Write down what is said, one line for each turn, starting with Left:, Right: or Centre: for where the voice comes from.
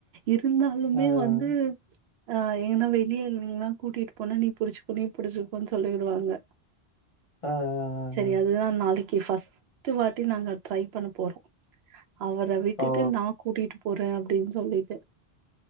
Right: இருந்தாலுமே
Left: ம்
Right: வந்து ஆ எங்கனா வெளியருந்தீங்னா கூட்டிட்டு போனா நீ புடிச்சிக்கோ நீ புடிச்சிக்கோன் சொல்லிருவாங்க
Left: ம் ம்
Right: சரி
Left: ம்
Right: அதுதா நாளைக்கி இ ஃபஸ்ட்டு வாட்டி நாங்க ட்ரை பண்ண போறோ அவர விட்டுட்டு
Left: ஓ
Right: நா கூட்டிட்டு போறே அப்டின் சொல்லிட்டு